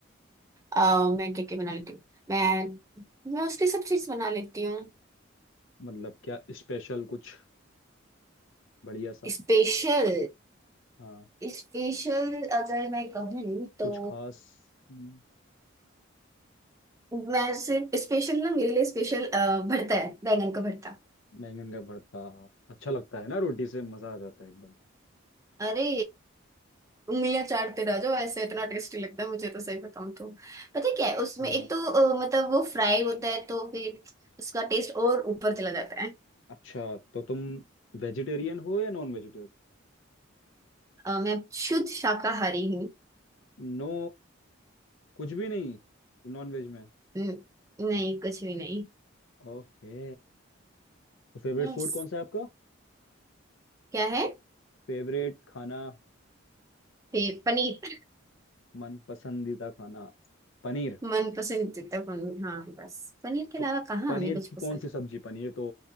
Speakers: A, on the right; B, on the left.
A: अ, मैं क्या क्या बना लेती हूँ मैं मोस्टली सब चीज बना लेती हूँ
B: मतलब क्या स्पेशल कुछ बढ़िया सा
A: स्पेशल
B: हाँ
A: स्पेशल अगर मैं कहूँ तो
B: कुछ खास हम्म।
A: मैं सिर्फ स्पेशल ना मेरे लिए स्पेशल भरता है बैंगन का भरता
B: बैंगन का भरता अच्छा लगता है ना रोटी से मजा आ जाता है एकदम
A: अरे उंगलियां चाटते रह जाओ ऐसे इतना टेस्टी लगता है मुझे तो सही बताऊं तो पता है क्या है उसमें
B: अ,
A: एक तो अ, मतलब वो फ्राई होता है तो फिर उसका टेस्ट और ऊपर चला जाता है
B: अच्छा तो तुम वेजिटेरियन हो या नॉन वेजिटेरियन
A: अ, मैं शुद्ध शाकाहारी हूँ
B: नो कुछ भी नहीं नॉन वेज में
A: हम्म, नहीं कुछ भी नहीं
B: ओके तो फेवरेट
A: यस
B: फूड कौन सा है आपका
A: क्या है
B: फेवरेट खाना
A: फिर पनीर
B: मन पसंदीदा खाना पनीर
A: <laughs> मन पसंद जितना पनीर हाँ बस पनीर के
B: तो
A: अलावा कहाँ
B: पनीर
A: हमें कुछ
B: की कौन
A: पसंद
B: सी
A: होगा
B: सब्जी पनीर तो